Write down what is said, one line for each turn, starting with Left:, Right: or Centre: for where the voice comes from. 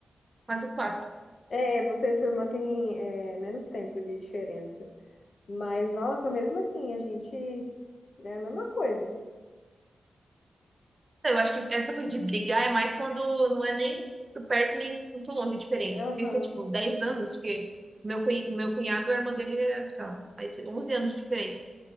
Right: quase quatro.
Left: É, você e sua irmã têm é, menos tempo de diferença. Mas, nossa, mesmo assim, a gente é a mesma coisa.
Right: Então, Eu acho que essa coisa de brigar é mais quando não é nem muito perto nem muito longe a diferença.
Left: Aham.
Right: Porque se é tipo 10 anos, porque meu, cunhi- meu cunhado, a irmã dele, é, sei lá, aí tem 11 anos de diferença.